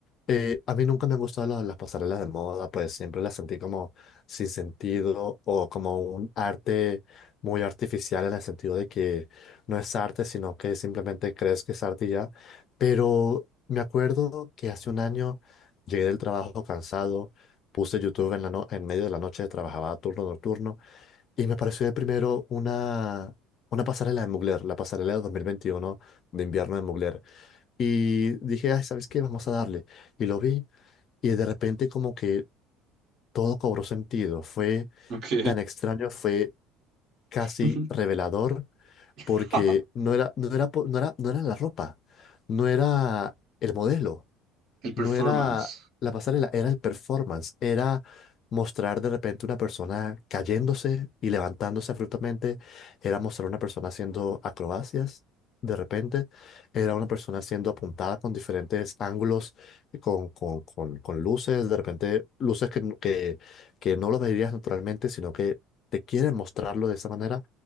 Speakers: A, on the left; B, on the right.
A: eh, a mí nunca me han gustado la- las pasarelas de moda, pues siempre las sentí como sin sentido o como un arte muy artificial en el sentido de que no es arte, sino que simplemente crees que es arte y ya. Pero me acuerdo que hace un año llegué del trabajo cansado, puse YouTube en la no- en medio de la noche, trabajaba turno nocturno. Y me apareció de primero una, una pasarela de Mugler, la pasarela de 2021 de invierno de Mugler. Y dije, ay, ¿sabes qué? Vamos a darle. Y lo vi y de repente como que todo cobró sentido. Fue
B: Ok.
A: tan extraño, fue casi
B: <laughs>
A: revelador
B: <laughs>
A: porque no era, no era, po- no era, no era la ropa, no era el modelo
B: El
A: no
B: performance,
A: era la pasarela, era el performance, era mostrar de repente una persona cayéndose y levantándose abruptamente, era mostrar una persona haciendo acrobacias. De repente, era una persona siendo apuntada con diferentes ángulos, con, con, con, con luces, de repente luces que, que, que no lo verías naturalmente, sino que te quieren mostrarlo de esa manera.